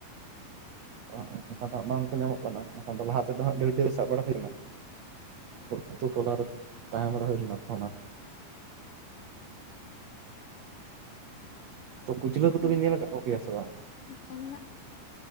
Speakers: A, on the right; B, on the left.
A: ᱟᱻ ᱚᱱᱠᱟ ᱫᱚ ᱦᱟᱜ ᱵᱟᱝᱠᱚ ᱧᱟᱢᱚᱜ ᱠᱟᱱᱟ ᱮᱠᱷᱟᱱ ᱫᱚ ᱞᱟᱦᱟ ᱛᱮᱫᱚ ᱦᱟᱜ ᱰᱷᱮᱨ ᱰᱷᱮᱨ ᱥᱟᱵ ᱵᱟᱲᱟ ᱦᱩᱭᱱᱟ᱾ ᱟᱛᱳ ᱴᱚᱞᱟᱨᱮ ᱛᱟᱦᱮ ᱵᱟᱲᱟ ᱦᱩᱭ ᱞᱮᱱᱟ ᱛᱚ᱾ ᱛᱚ ᱠᱩᱪᱞᱟᱹ ᱠᱚᱫᱚᱵᱤᱱ
B: ᱦᱮᱸ
A: ᱧᱮᱞ ᱟᱠᱟᱫ ᱠᱚᱜᱮᱭᱟ ᱥᱮ ᱵᱟᱝ᱾
B: ᱟᱪᱪᱷᱟ ᱢᱮᱱᱟᱜ